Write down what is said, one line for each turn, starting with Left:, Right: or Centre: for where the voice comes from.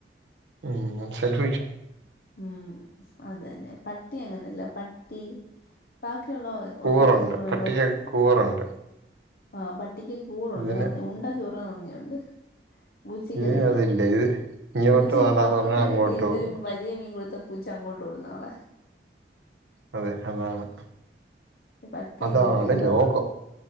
Right: ഉം ഷെൽഫഴിച്ചോ?
Left: ഉം അതന്നെ പട്ടി അങ്ങനെല്ല പട്ടി ബാക്കിയുള്ള
Right: കൂറുണ്ട്
Left: ഒട്ടു മിക്ക മൃഗങ്ങൾക്ക്
Right: പട്ടിക്ക് കൂറുണ്ട്
Left: ആഹ് പട്ടിക്ക് കൂറുണ്ട്
Right: ഇതിന്
Left: നന്ദി ഉണ്ട കൂറ നന്ദിയുണ്ട്. പൂച്ചക്കതില്ല.
Right: ഇത് അതില്ല ഇത് ഇങ്ങോട്ട്
Left: പൂച്ചക്കിപ്പപ്പർത്തെ
Right: വേണ്ടാന്ന് പറഞ്ഞാ അങ്ങോട്ട്
Left: വീട്ടിനിന്നൊരു
Right: പോകും
Left: വലിയ മീൻ കൊടുത്തപ്പോ. പൂച്ച അങ്ങോട്ടോടും നാളെ.
Right: അതെ അതാണ്
Left: പട്ടി
Right: അതാണ്
Left: അങ്ങനെയല്ല ഇവിടെ
Right: ലോകം.